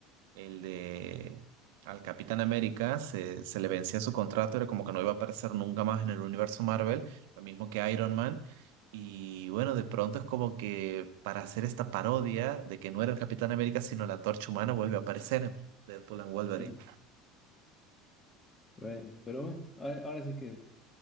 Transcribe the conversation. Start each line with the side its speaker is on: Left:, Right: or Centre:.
Right: El de al Capitán América se, se le vencía su contrato, era como que no iba a aparecer nunca más en el universo Marvel, lo mismo que Iron Man. Y bueno, de pronto es como que para hacer esta parodia de que no era el Capitán América, sino la Antorcha Humana, vuelve a aparecer en Deadpool and Wolverine.
Left: sí, bueno, pero bueno, ahora, ahora sí que, al